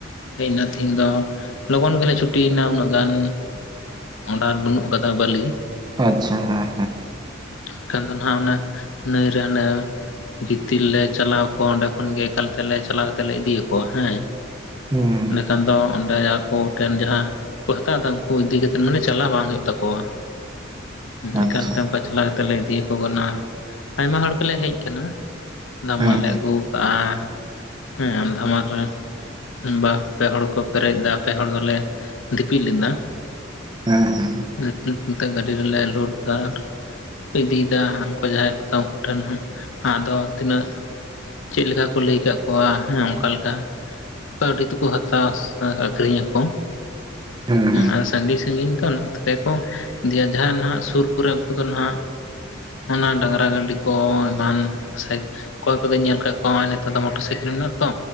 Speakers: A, on the left; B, on the right.
A: ᱦᱮᱡ ᱮᱱᱟ ᱛᱮᱤᱦᱤᱧ ᱫᱚ ᱞᱚᱜᱚᱱ ᱜᱮᱞᱮ ᱪᱷᱩᱴᱤᱭᱮᱱᱟ ᱩᱱᱟᱹᱜ ᱜᱟᱱ ᱰᱟᱨ ᱵᱟᱹᱱᱩᱜ ᱟᱠᱟᱫᱟ ᱵᱟᱹᱞᱤ
B: ᱟᱪᱷᱟ ᱦᱮᱸ ᱦᱮᱸ
A: ᱮᱱᱠᱷᱟᱱ ᱫᱚ ᱱᱟᱸᱜ ᱚᱱᱮ ᱱᱟᱹᱭ ᱨᱮ ᱦᱟᱱᱮ ᱜᱤᱛᱤᱞ ᱞᱮ ᱪᱟᱞᱟᱣ ᱠᱚᱜ -ᱟ ᱚᱸᱰᱮ ᱠᱷᱚᱱᱜ ᱮᱠᱟᱞ ᱛᱮᱞᱮ ᱪᱟᱞᱟᱣ ᱠᱟᱛᱮ ᱞᱮ ᱤᱫᱤᱭᱟᱚᱣᱟ ᱦᱮᱸ
B: ᱦᱩᱸ
A: ᱮᱸᱰᱮ ᱠᱷᱟᱱ ᱫᱚ ᱚᱸᱰᱮ ᱟᱠᱚ ᱴᱷᱮᱱ ᱡᱟᱦᱟᱸ ᱠᱚ ᱦᱟᱛᱟᱣ ᱮᱟ ᱩᱱᱠᱩ ᱤᱫᱤ ᱠᱟᱛᱮ ᱢᱟᱱᱮ ᱪᱟᱞᱟᱜ ᱵᱟᱝ ᱦᱩᱭᱩᱜ ᱛᱟᱠᱚᱣᱟ
B: ᱟᱪᱪᱷᱟ
A: ᱮᱠᱟᱞ ᱛᱮ ᱚᱱᱠᱟ ᱛᱞᱟ ᱠᱟᱛᱮᱞ ᱞᱮ ᱤᱫᱤᱭᱟᱚ ᱠᱟᱱᱟ ᱟᱭᱢᱟ ᱦᱚᱲ ᱜᱮᱞᱮ ᱦᱮᱡ ᱟᱠᱟᱱᱟ ᱫᱷᱟᱢ
B: ᱦᱮᱸ
A: ᱞᱮ ᱟᱹᱜᱩ ᱠᱟᱜᱼᱟ ᱦᱮᱸ ᱫᱷᱟᱢᱟᱞ ᱨᱮ ᱵᱟ ᱯᱮ ᱦᱚᱲ ᱠᱚ ᱯᱮᱨᱮᱡ ᱮᱟ ᱯᱮ ᱦᱚᱲ ᱫᱚᱞᱮ ᱫᱤᱯᱤᱞ ᱞᱮᱫᱟ
B: ᱦᱮᱸ ᱦᱮᱸ
A: ᱩᱸᱜ ᱩᱸᱜ ᱩᱱᱠᱟ ᱜᱟᱹᱰᱤ ᱨᱮᱞᱮ ᱞᱚᱰ ᱮᱫᱟ ᱤᱫᱤᱭᱮᱫᱟ ᱩᱱᱠᱩ ᱡᱟᱦᱟᱸᱭ ᱠᱚ ᱩᱱᱠᱩ ᱴᱷᱮᱱ ᱟᱫᱚ ᱛᱤᱱᱟᱹᱜ ᱪᱮᱫ ᱞᱮᱠᱟ ᱠᱚ ᱞᱟᱹᱭ ᱟᱠᱟᱫ ᱠᱚᱣᱟ ᱦᱮᱸ ᱚᱱᱠᱟ ᱞᱮᱠᱟ? ᱠᱟᱹᱣᱰᱤ ᱛᱮᱠᱚ ᱦᱟᱛᱟᱣᱟ ᱟᱠᱷᱨᱤᱧ ᱟᱠᱚ
B: ᱦᱮᱸ ᱦᱮᱸ
A: ᱟᱨ ᱥᱟᱺᱜᱤᱧ ᱥᱟᱺᱜᱤᱧ ᱫᱚ ᱚᱱᱟ ᱛᱮᱜᱮ ᱜᱮ ᱠᱚ ᱤᱫᱤᱭᱟ ᱡᱟᱦᱟᱸᱭᱱᱟᱜ ᱥᱩᱨ ᱠᱚᱨᱮ ᱩᱱᱠᱩ ᱫᱚ ᱱᱟᱜ ᱚᱱᱟ ᱰᱟᱝᱨᱟ ᱜᱟᱹᱰᱤ ᱠᱚ ᱮᱢᱟᱱ ᱥᱮ ᱚᱠᱚᱭ ᱠᱚᱫᱚᱧ ᱧᱮᱞ ᱟᱠᱟᱫ ᱠᱚᱣᱟ ᱱᱚᱜᱼ ᱱᱮᱛᱟᱨ ᱫᱚ ᱢᱚᱴᱚᱨ ᱥᱟᱭᱠᱮᱞ ᱢᱮᱱᱟᱜ-ᱟ ᱛᱚ